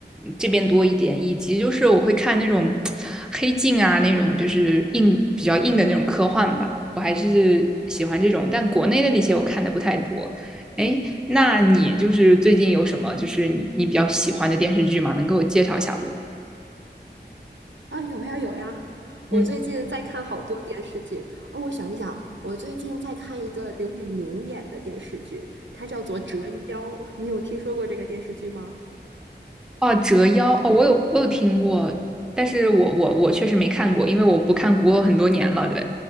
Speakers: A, in the centre; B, on the right (about 85°).
A: 这边多一点，以及就是我会看那种 <tsk> 黑镜啊，那种就是硬比较硬的那种科幻吧，我还是喜欢这种。但国内的那些我看的不太多。哎，那你就是最近有什么就是你你比较喜欢的电视剧吗？能给我介绍一下不？
B: 啊，有呀有呀，我最近在看好多电视剧。
A: 嗯。
B: 哦，我想一想，我最近在看一个刘宇宁演的电视剧，它叫做《折腰》，你有听说过这个电视剧吗？
A: 哦，折腰哦，我有我有听过，但是我我我确实没看过，因为我不看古偶很多年了。对，